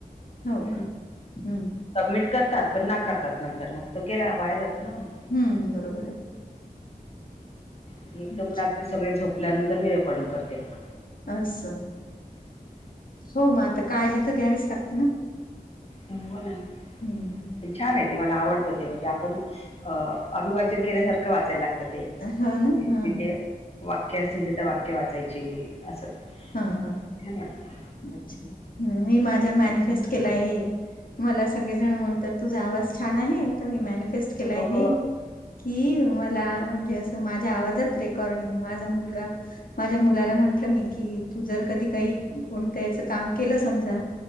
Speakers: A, on the left; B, on the left.
A: हो
B: हम्म
A: का हम्म
B: सबमिट करतात पण नाकारतात नंतर मग तो केला वाया जातो ना मग
A: हम्म बरोबर आहे?
B: ह एकदम
A: अच्छा
B: रात्री सगळे झोपल्यानंतर मी रेकॉर्डिंग करते मग
A: अस हो मग आता काळजी तर घ्यावीच लागते ना?
B: हो ना
A: हम्म
B: पण छान आहे ते मला आवडतं ते म्हणजे आपण अ अभिवाचन केल्यासारखं वाचायला लागत
A: हो ना
B: ते
A: हा
B: इथे वाक्य असतील तिथं वाक्य वाचायची असं छान
A: हा हा
B: वाटत
A: अच्छा ह मी माझ्या मॅनिफेस्ट
B: हं.
A: केला आहे हे मला सगळेजण म्हणतात तुझा आवाज छान आहे तर मी मॅनिफेस्ट केला आहे
B: हो
A: हे कि मला म्हणजे असं माझ्या आवाजात रेकॉर्डिंग माझा मुलगा माझ्या मुलाला म्हंटलं मी की तू जर कधी काही फोन त्याच काम केलं समजा